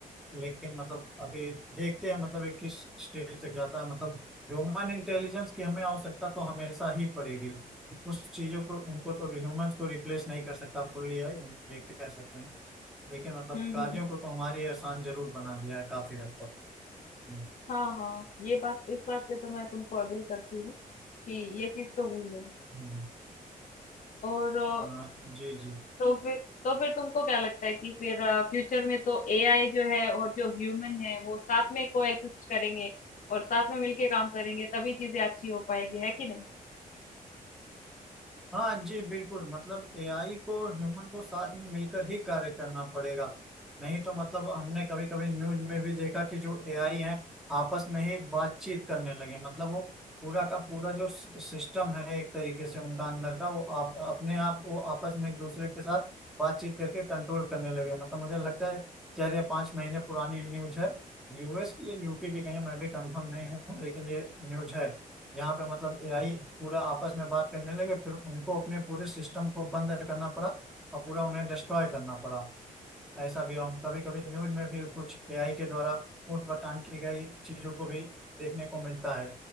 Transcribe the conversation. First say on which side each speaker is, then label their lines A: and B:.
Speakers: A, in the centre; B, on the left.
A: लेकिन मतलब अभी देखते हैं मतलब ये किस स्टेज तक जाता है मतलब ह्यूमन इंटेलिजेंस की हमें आवश्यकता तो हमेशा ही पड़ेगी उस चीजों को उनको तो ह्यूमंस को रिप्लेस नहीं कर सकता फुल्ली एआई हम ये कह सकते हैं लेकिन मतलब
B: हम्म
A: कार्यों
B: हम्म
A: को तो हमारे आसान जरूर बना दिया है काफी हद तक हम्म,
B: हाँ हाँ ये बात इस बात पे तो मैं तुमको अग्री करती हूँ कि ये चीज तो हुई है
A: हम्म,
B: और
A: हाँ जी जी
B: तो फिर तो फिर तुमको क्या लगता है कि फिर फ्यूचर में तो एआई जो है और जो ह्यूमन है वो साथ में कोएग्जिस्ट करेंगे और साथ में मिलके काम करेंगे तभी चीजें अच्छी हो पाएगी है कि नहीं
A: हाँ जी बिल्कुल मतलब एआई को ह्यूमन को साथ में मिलकर ही कार्य करना पड़ेगा नहीं तो मतलब हमने कभी कभी न्यूज में भी देखा कि जो एआई है आपस में ही बातचीत करने लगे मतलब वो पूरा का पूरा जो सिस्टम है एक तरीके से उनका अंदर का वो आप अपने आप वो आपस में एक दूसरे के साथ बातचीत करके कंट्रोल करने लगे मतलब मुझे लगता है चार या पांच महीने पुरानी न्यूज है यूएस या यूके की कहीं मैं भी कंफर्म नहीं हूँ लेकिन ये न्यूज है यहाँ पे मतलब एआई पूरा आपस में बात करने लगे फिर उनको अपने पूरे सिस्टम को बंद करना पड़ा और पूरा उन्हें डिस्ट्रॉय करना पड़ा ऐसा भी हम कभी कभी न्यूज में भी कुछ एआई के द्वारा ऊट पटांग की गई चीजों को भी देखने को मिलता है